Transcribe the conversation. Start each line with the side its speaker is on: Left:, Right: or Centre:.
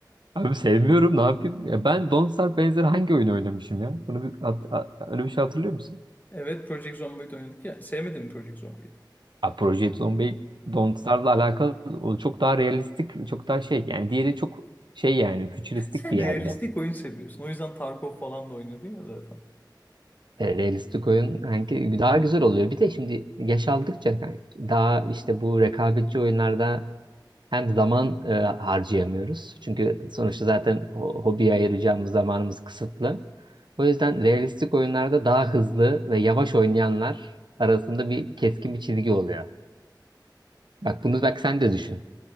Right: Abi sevmiyorum ne yapayım? Ya ben Don't Starve benzeri hangi oyunu oynamışım ya? Bunu bir, hat- a- öyle bir şey hatırlıyor musun?
Left: Evet Project Zomboid oynadık ya. Sevmedin mi Project Zomboid'i?
Right: A, Project Zomboid Don't Starve'la alakalı o çok daha realistik, çok daha şey yani diğeri çok şey yani fütüristik
Left: Sen
Right: bir yerde.
Left: realistik oyun seviyorsun. O yüzden Tarkov falan da oynuyordun ya zaten.
Right: E, realistik oyun hangi daha güzel oluyor. Bir de şimdi yaş aldıkça kanki, daha işte bu rekabetçi oyunlarda hem zaman e, harcayamıyoruz. Çünkü sonuçta zaten ho- hobiye ayıracağımız zamanımız kısıtlı. O yüzden realistik oyunlarda daha hızlı ve yavaş oynayanlar arasında bir keskin bir çizgi oluyor. Bak bunu bak sen de düşün.